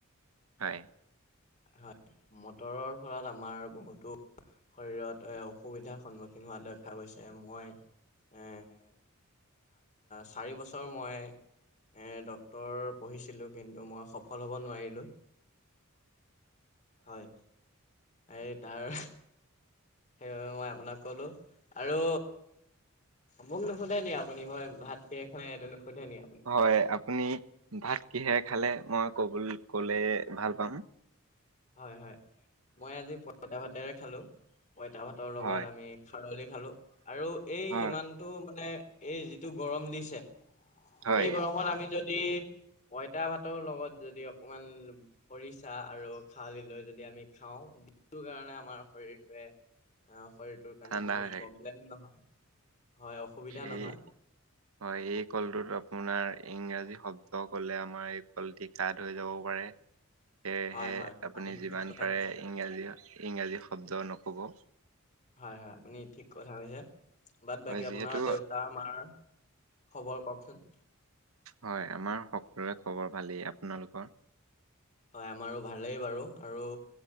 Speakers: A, on the right (about 75°); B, on the left (about 35°).
A: হয়।
B: হয় মটৰৰ ফলত আমাৰ বহুতো শৰীৰত এ অসুবিধাৰ সন্মুখীন হোৱা দেখা গৈছে মই এৰ চাৰি বছৰ মই ডক্টৰ পঢ়িছিলোঁ কিন্তু মই সফল হ'ব নোৱাৰিলোঁ। হয় এই তাৰ সেইবাবে মই আপোনাক ক'লো আৰু মোক নুশুধে নি আপুনি মই ভাত কিহে খালো এইটো নুশুধে নেকি আপুনি
A: হয় আপুনি ভাত কিহে খালে মই ক'ব ক'লে ভাল পাম।
B: হয় হয় মই আজি পইতা ভাতেৰে খালোঁ। পইতা ভাত ভাতৰ লগত
A: হয়
B: আমি খাৰলি খালোঁ আৰু এই
A: হয়
B: ইমান মানে এই যিটো গৰম দিছে
A: হয়
B: এই গৰমত আমি যদি যদি পঁইতা ভাতৰ লগত যদি অকনমান খৰিচা আৰু খাৰলি লৈ যদি আমি খাওঁ দিনটো কাৰণে আমাৰ শৰীৰটোৱে শৰীৰটোৰ কাৰণে
A: ঠাণ্ডা
B: কোনো
A: হৈ থাকে
B: প্ৰব্লেম নহয়। হয় অসুবিধা নহয়
A: এই হয় এই কলটোত আপোনাৰ ইংৰাজী শব্দ ক'লে আমাৰ এই কলটিক কাট হৈ যাব পাৰে। সেয়েহে
B: হয় হয়
A: আপুনি যিমান
B: ঠিক কথা
A: পাৰে
B: কৈছে
A: ইংৰাজী ইংৰাজী শব্দ নক'ব।
B: হয় হয়, আপুনি ঠিক কথা কৈছে। বাদ বাকী
A: হয় যিহেতু
B: আপোনাৰ দেউতা মাৰ খবৰ কওকচোন?
A: হয়, আমাৰ সকলোৰে খবৰ ভালেই। আপোনালোকৰ?
B: হয় আমাৰো ভালেই বাৰু আৰু